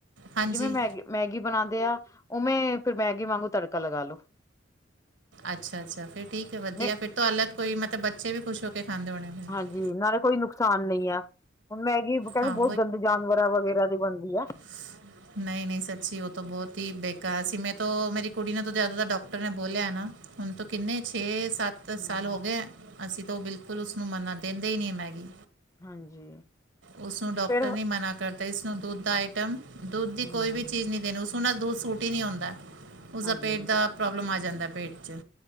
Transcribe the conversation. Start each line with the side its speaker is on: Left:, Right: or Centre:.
Right: ਹਾਂਜੀ
Left: ਜਿਵੇ ਮੈ ਮੈਗੀ ਬਣਾਉਂਦੇ ਆ ਉਵੇਂ ਫਿਰ ਮੈਗੀ ਵਾਂਗੂ ਤੜਕਾ ਲਗਾ ਲੋੋ।
Right: ਅੱਛਾ ਅੱਛਾ ਫਿਰ ਠੀਕ ਹੈ। ਵਧੀਆ
Left: ਮੈਂ
Right: ਫਿਰ ਤੋਂ ਹਲੱਤ ਕੋਈ ਮਤਲਬ ਬੱਚੇ ਵੀ ਖੁਸ਼ ਹੋ ਕੇ ਖਾਂਦੇ ਹੋਣੇ। ਫਿਰ
Left: ਜੀ ਨਾਲੇ ਕੋਈ ਨੁਕਸਾਨ ਨਹੀਂ ਆ ਹੁਣ ਮੈਗੀ ਕਹਿੰਦੇ
Right: ਹਾਂ
Left: ਬਹੁਤ ਗੰਦੇ ਜਾਨਵਰਾਂ ਵਗੈਰਾ ਦੀ ਬਣਦੀ ਆ।
Right: ਹ <inaudible> ਨਹੀਂ ਨਹੀਂ ਸੱਚੀ ਉਹ ਤਾਂ ਬਹੁਤ ਹੀ ਬੇਕਾਰ ਸੀ। ਮੈਂ ਤੋਂ ਮੇਰੀ ਕੁੜੀ ਨੂੰ ਤਾਂ ਜ਼ਦ ਡਾਕਟਰ ਨੇ ਬੋਲਿਆ ਹੈ ਨਾ ਹੁਣ ਤੋਂ ਕਿੰਨੇ ਛੇ ਸੱਤ
Left: ਹੂੰ,
Right: ਤ ਸਾਲ ਹੋ ਗਏ। ਅਸੀਂ ਤਾਂ ਉਹ ਬਿਲਕੁਲ ਉਸਨੂੰ ਮੰਨਾ ਦਿੰਦੇ ਹੀ ਨਹੀਂ ਮੈਂਗੀ।
Left: ਹਾਂਜੀ।
Right: ਉਸਨੂੰ ਡਾਕਟਰ
Left: ਫਿਰ
Right: ਵੀ ਮਨਾ ਕਰਦਾ, ਇਸਨੂੰ ਦੁੱਧ ਦਾ ਆਈਟਮ ਦੁੱਧ
Left: ਹੂੰ,
Right: ਦੀ ਕੋਈ ਵੀ ਚੀਜ਼ ਨੀ ਦੇਣੀ। ਸੁਹਣਾ ਦਾ ਦੁੱਧ ਸੂਟ ਹੀ ਨਹੀਂ, ਆਦਾ ਉਸਦਾ
Left: ਹਾਂਜੀ-ਹਾਂਜੀ,
Right: ਪੇਟ ਦਾ ਪ੍ਰੋਬਲਮ ਆ ਜਾਂਦਾ ਪੇਟ 'ਚ।